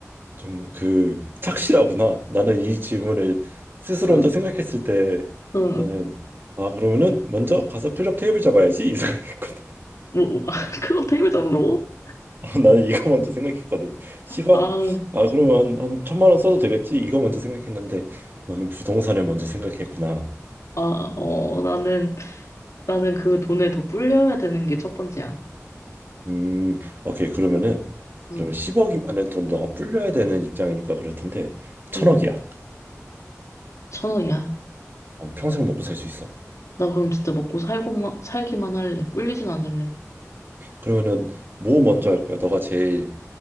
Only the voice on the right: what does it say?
좀 그 착실하구나. 나는 이 질문을 스스로
혼자 생각했을 때
나는 아 그러면은 먼저 가서 클럽 테이블 잡아야지 이 생각했거든. <laughs>
나는 이거 먼저 생각했거든. 10억?
아 그러면 한, 한 천만 원 써도 되겠지? 이거 먼저 생각했는데 너는 부동산을 먼저 생각했구나.
음 오케이 그러면은
그러면 10억이면은 돈 너가 불려야 되는 입장이니까 그럴 텐데 천억이야.
어, 평생 먹고 살 수 있어.
그러면은 뭐 먼저 할 거야? 너가 제일